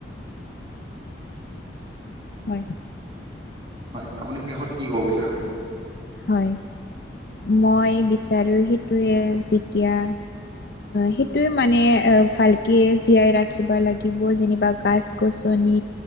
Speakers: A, on the left (about 55°); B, on the right (about 25°).
A: হয়।
B: হয় আপুনি শেষত কি ক'ব বিচাৰিব?
A: হয়, মই বিচাৰোঁ সেইটোৱে যেতিয়া সেইটোৱে মানে ভালকে জীয়াই ৰাখিব লাগিব যেনিবা গাছ গছনি